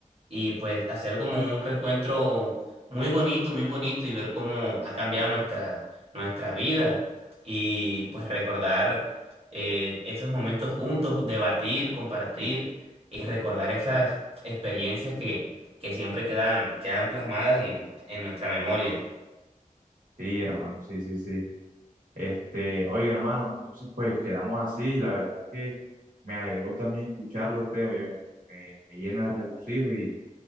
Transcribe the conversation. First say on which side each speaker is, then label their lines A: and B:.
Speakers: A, on the right; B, on the right.
A: y pues hacer como un reencuentro muy bonito, muy bonito y ver cómo ha cambiado nuestra, nuestra vida y pues recordar eh, esos momentos juntos, debatir, compartir y recordar esas experiencias que, que siempre quedan, quedan plasmadas en, en nuestra memoria.
B: Sí, hermano, sí, sí, sí. Este, oiga, hermano, entonces pues quedamos así y la verdad es que me alegró también escucharlo a usted, o yo me, me llena de regocijo y